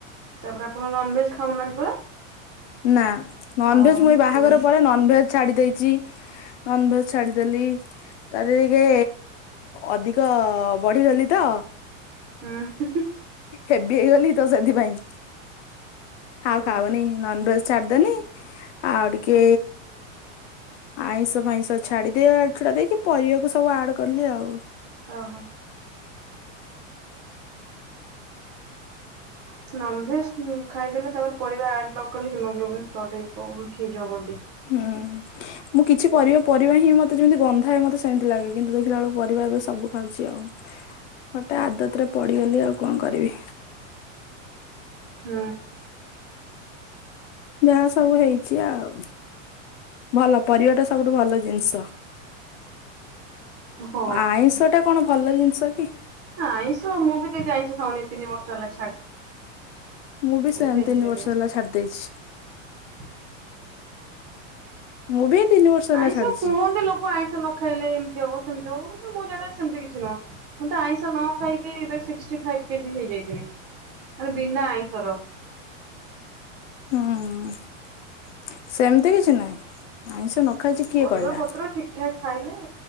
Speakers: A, on the right (about 35°); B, on the left (about 60°).
A: ତାପରେ ଆପଣ ନନଭେଜ ଖାଉନାହାନ୍ତି ପରା?
B: ନା ନନଭେଜ
A: ହଁ
B: ମୁଁ ଏଇ
A: ସେଥିପାଇଁ
B: ବାହାଘର ପରେ ନନଭେଜ ଛାଡି ଦେଇଚି ନନଭେଜ ଛାଡ଼ିଦେଲି। ତାର ଟିକେ ଅଧିକ ବଢିଗଲି ତ
A: ହୁଁ
B: ହେବି ହେଇଗଲି ତ ସେଥିପାଇଁ ଆଉ
A: ଓହୋ
B: ଖାଉନି ନନ୍ ଭେଜ। ଛାଡ଼ିଦେନି ଆଉ ଟିକେ ଆଇଁଷ ଫାଇଁଷ ଛାଡିଦିଆ ଡା ଦେଇକି ପରିବାକୁ ସବୁ ଆଡ କଲି ଆଉ।
A: ଓହୋ <inaudible> ନନ ଭେଜ୍ ଉଁ ଖାଇଦେଲେ ତା ପରେ ପରିବା ଆଡ଼୍ ନକଲେ ହିମୋଗ୍ଲୋବିନ୍ ସର୍ଟ ହେଇଯିବ ଉଇକ୍ ହେଇଯିବ ବଡ଼ି।
B: ହୁଁ ମୁଁ କିଛି ପରିବା ପରିବା ହିଁ ମତେ ଯେମିତି ଗନ୍ଧାଏ ମତେ ସେମିତି ଲାଗେ। କିନ୍ତୁ ଦେଖିଲା ବେଳକୁ ପରିବା ଏବେ ସବୁ ଖାଉଛି ଆଉ ଗୋଟେ ଆଦତରେ ପଡିଗଲି ଆଉ କଣ କରିବି
A: ହୁଁ।
B: ଯାହା ସବୁ ହେଇଚି ଆଉ। ଭଲ ପରିବାଟା ସବୁଠୁ ଭଲ ଜିନଷ
A: ହଁ
B: ଆଇଁଷ ଟା କଣ ଭଲ ଜିନିଷ କି
A: ଆଇଁଷ ମୁଁ ବିି ଆଇଁଷ ଖଉନି ତିନି ବର୍ଷ ହେଲା ଛା
B: ମୁଁ ବି ସେମତି
A: ଭେଜିଟେରିଆନ
B: ତିନି ବର୍ଷ ହେଲା ଛାଡି ଦେଇେଛି।
A: <unintelligible>
B: ମୁଁ ବି ତିନି ବର୍ଷ ହେଲା
A: ଆଇଁଷ
B: ଛାଡିଛି
A: କୁହନ୍ତି ଲୋକ ଆଇଁଷ ନ ଖାଇଲେ ଏମିତି ହବ ସେମିତି ହବ କିନ୍ତୁ ମୁଁ ଜାଣ ସେମିତି କିଛି ନୁହଁ। ମୁଁ ତ ଆଇଁଷ ନ ଖାଇକି ଏବେ ସିକ୍ସଟିଫାଇ କେଜି ହେଇଯାଇଥିନି। ମାନେ ବିନା ଆଇଁଷର।
B: ହୁଁ ସେମତି କିଛି ନାହିଁ। ଆଇଷ ନ ଖାଇଛି କିଏ
A: ପରିବା
B: କହିଲା
A: ପତ୍ର ଠିକ ଠାକ ଖାଇଲେ